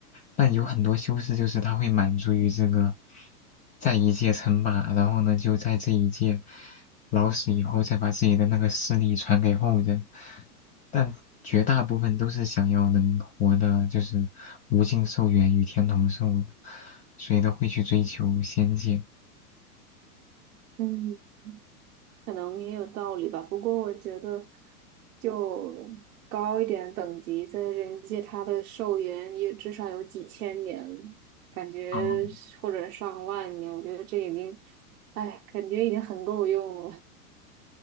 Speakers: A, on the left; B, on the right.
A: 但有很多修士就是他会满足于这个，在一界称霸，然后呢就在这一界老死以后，再把自己的那个势力传给后人。但绝大部分都是想要能活的，就是无尽寿元与天同寿的，所以都会去追求仙界。
B: 嗯，可能也有道理吧。不过我觉得，就高一点等级，在人界它的寿元也至少有几千年，感觉是或者上万年，
A: 哦
B: 我觉得这已经，哎，感觉已经很够用了。